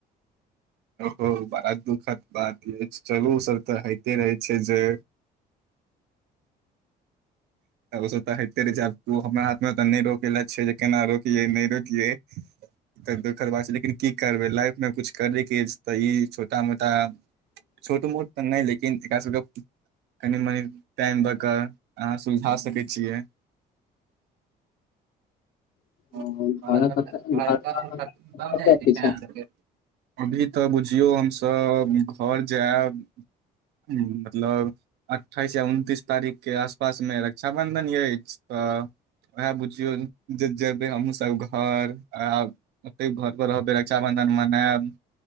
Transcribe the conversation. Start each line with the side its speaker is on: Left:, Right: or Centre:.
Right: ओ बड़ दुख बात यै चलू ओ सभ तऽ होइते रहै छै जे ओसभ तऽ होइते रहै छै आब ओ हमरा हाथमे नहि रोक ल छै जे केना रोकियै नहि रोकियै तऽ दोखर बात छै लेकिन की करबै लाइफमे कुछ करयके अछि तऽ ई छोटा मोटा
Left: <inaudible>
Right: छोट मोट तऽ नहि लेकिन एकरा सभके कनि मनी टाइम भऽ सुलझा सकैत छियै
Left: अ,
Right: घरब
Left: घरक घर
Right: जाइ अहा
Left: कतऽ के छै
Right: सभके अभी त बुझियौ हम सभ घर जायब मतलब अठाइस यै उनतीस तारीख के आस पासमे रक्षाबंधन अछि त उएह बुझियौ जे जेबे हमहूँ सभ घर आ ओते घर पर रहबै रक्षाबंधन मनायब